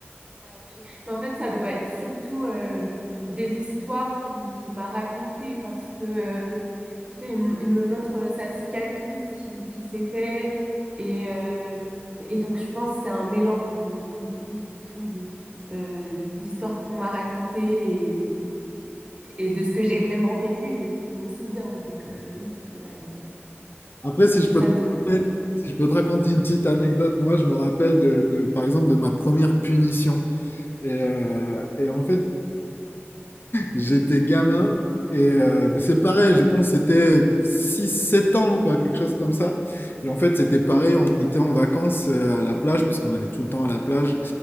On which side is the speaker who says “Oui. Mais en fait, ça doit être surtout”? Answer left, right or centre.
Right